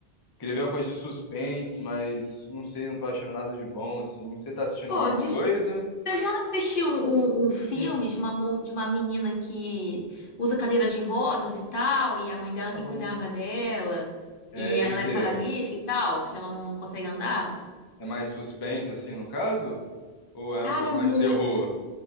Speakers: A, on the left; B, on the left.
A: Queria ver uma coisa de suspense, mas não sei, não tô achando nada de bom, assim. Você tá assistindo
B: Pô,
A: alguma
B: diz-
A: coisa?
B: você já assistiu um, um- um filme
A: Hum,
B: de uma, mo- de uma menina que usa cadeira de rodas e tal, e a mãe dela
A: não.
B: que cuidava dela,
A: É
B: e ela
A: de quê?
B: é paralítica e tal, que ela não, não consegue andar?
A: É mais suspense, assim, no caso? Ou é
B: Cara,
A: uma coisa
B: é muito
A: mais terror?